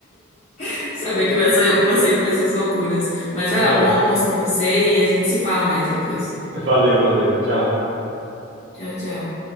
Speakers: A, on the left (about 35°); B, on the right (about 60°).
A: <laughs> de saber que não é só eu que passei por essas loucuras. Mas
B: Não,
A: vai lá, bom
B: é.
A: almoço pra você e a gente se fala mais depois.
B: Valeu, valeu. Tchau.
A: Tchau, tchau.